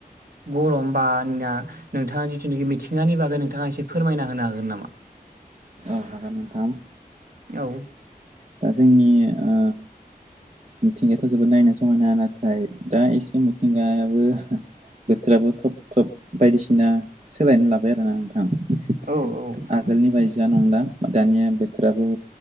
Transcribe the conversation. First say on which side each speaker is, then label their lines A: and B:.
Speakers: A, on the right; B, on the right.
A: गरम बानिया नोंथांङा जिथुनोखि थिंनानि बागै नोंथांङा एसे फोरमायना होनो हागोन नामा?
B: औ हागोन नोंथां
A: औ
B: दा जोंनि ओ मिथिंगायाथ' जोबोद नायनो समायना नाथाय दा एसे मिथिंगायाबो बोथोराबो थब थब बायदिसिना सोलायना लाबाय आरोना नोंथां
A: औ औ
B: आगोलनि बायदिया नंला दानिया बोथोराबो